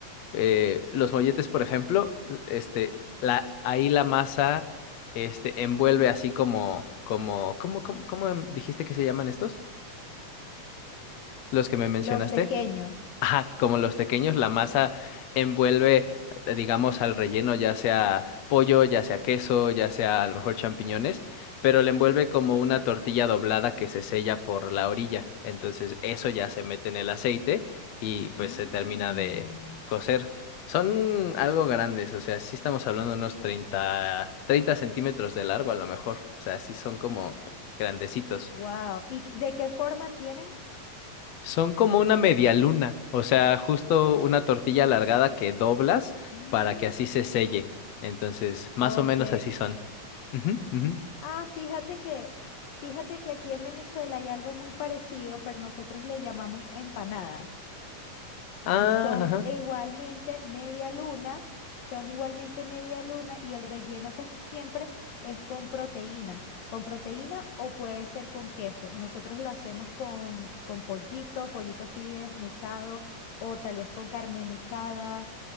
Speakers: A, on the left (about 60°); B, on the left (about 85°).
A: eh, los molletes, por ejemplo, este, la, ahí la masa, este, envuelve así como, como, ¿cómo, cómo, cómo em- dijiste que se llaman estos? Los que me mencionaste.
B: Los tequeños,
A: Ajá, como los pequeños, la masa envuelve, eh, digamos, al relleno, ya sea pollo, ya sea queso, ya sea a lo mejor champiñones, pero le envuelve como una tortilla doblada que se sella por la orilla. Entonces, eso ya se mete en el aceite y pues
B: Mm,
A: se termina de cocer. Son algo grandes, o sea, sí estamos hablando de unos treinta, 30 centímetros de largo a lo mejor. O sea, sí son como grandecitos.
B: wow. ¿Y de qué forma tienen?
A: Son como una media luna, o sea, justo una tortilla alargada que doblas
B: mm.
A: para que así se selle. Entonces, más
B: Ok.
A: o menos así son. Ujú, ujú.
B: Ah, fíjate que, fíjate que aquí en Venezuela hay algo muy parecido, pero nosotros le llamamos empanadas.
A: Ah,
B: y son
A: ajá.
B: e igualmente media luna, son igualmente media luna y el relleno casi siempre es con proteína, con proteína o puede ser con queso. Nosotros lo hacemos con, con pollito, pollito así desmechado o tal vez con carne mechada